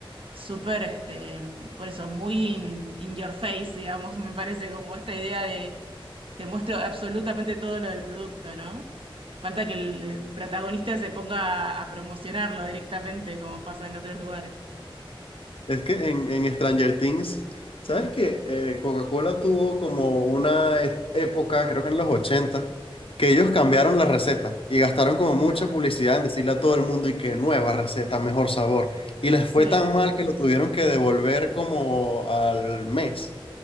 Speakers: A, on the right; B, on the left.
A: súper, este, por eso, muy in, in your face, digamos, me parece como esta idea de te muestro absolutamente todo lo del producto, ¿no? Falta que el protagonista se ponga a promocionarlo directamente, como pasa en otros lugares.
B: Es que en, en Stranger Things, ¿sabes
A: Mm.
B: qué? Eh, Coca-Cola tuvo como una e- época, creo que en los 80 que ellos cambiaron la receta y gastaron como mucha
A: Ah,
B: publicidad en decirle a todo el mundo y que nueva receta, mejor sabor. Y les
A: sí.
B: fue tan mal que lo tuvieron que devolver como al mes.